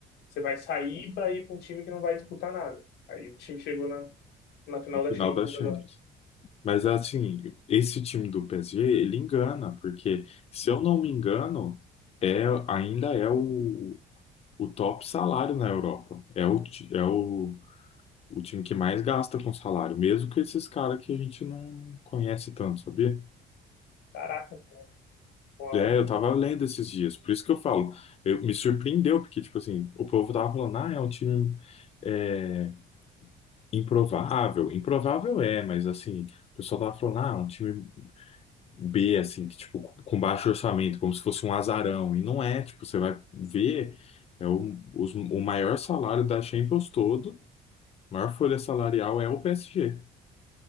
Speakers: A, on the left (about 75°); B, on the left (about 40°).
A: você vai sair para ir para um time que não vai disputar nada. Aí o time chegou na na final
B: Na final
A: da Champions
B: da Champions.
A: agora.
B: Mas assim, esse time do PSG, ele engana, porque se eu não me engano, é, ainda é o, o top salário na Europa. É o, ti- é o, O time que mais gasta com salário, mesmo que esses caras que a gente não conhece tanto, sabia?
A: Caraca, pô, é
B: É,
A: um
B: eu tava lendo esses dias, por isso que eu falo, eu, me surpreendeu, porque, tipo assim, o povo tava falando, ah, é um time é, improvável. Improvável é, mas assim, o pessoal tava falando, ah, é um time B, assim, que, tipo, com baixo orçamento, como se fosse um azarão. E não é, tipo, você vai ver, é o, os- o maior salário da Champions todo, a maior folha salarial é o PSG.